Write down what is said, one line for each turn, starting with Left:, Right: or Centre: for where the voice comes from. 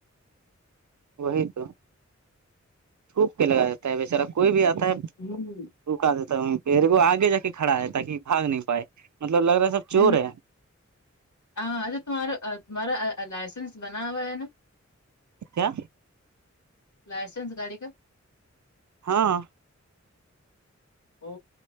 Right: وہی تو چھوپ کے لگا جاتا ہے بچارا کوئی بھی آتا ہے
Left: ہوں
Right: رکا دیتا پہیر وہ آگے جا کے کھڑا ہے تاکہ باگ نہیں پائے مطلب لگ رہا سب
Left: ہ
Right: چور ہے
Left: ا ہاں اچھا تمہارا تمارا لائسنس بناوا ہے نا
Right: کیا
Left: لائسنس گاڑی کا
Right: ہاں
Left: او